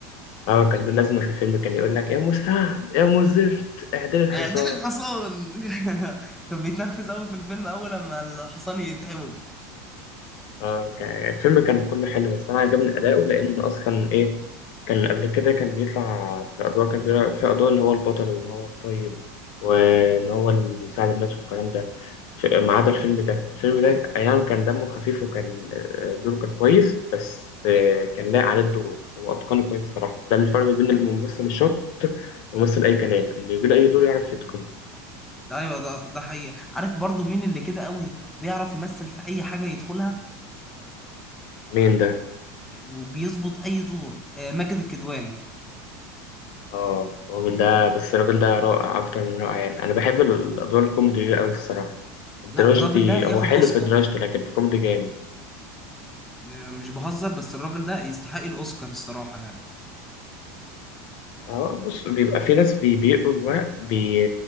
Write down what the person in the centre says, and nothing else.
اعدل الحصان <laughs> كان بيتنرفز قوي في الفيلم اول لما الحصان يتعوج
ايوه ده ده حقيقي عارف برضو مين اللي كده قوي بيعرف يمثل في اي حاجه يدخلها
وبيظبط اي دور آه، ماجد الكدواني
لا الراجل ده ياخد
اوسكار
آه، مش بهزر بس الراجل ده يستحق الاوسكار الصراحه يعني